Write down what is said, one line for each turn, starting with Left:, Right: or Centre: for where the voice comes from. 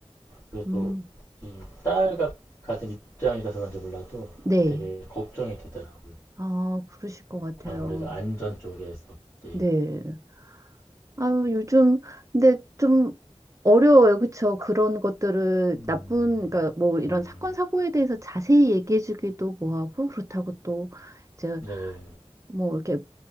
Left: 그래도
Right: 음,
Left: 이 딸과 같은 입장이라서 그런지 몰라도
Right: 네.
Left: 되게 걱정이 되더라고요.
Right: 아, 그러실 것 같아요.
Left: 아무래도 안전 쪽에서. 예.
Right: 네. 아유, 요즘, 근데 좀 어려워요. 그쵸? 그런 것들을
Left: 음,
Right: 나쁜, 그러니까 뭐 이런
Left: 음,
Right: 사건, 사고에 대해서 자세히 얘기해주기도 뭐하고, 그렇다고 또 이제
Left: 네,
Right: 뭐 이렇게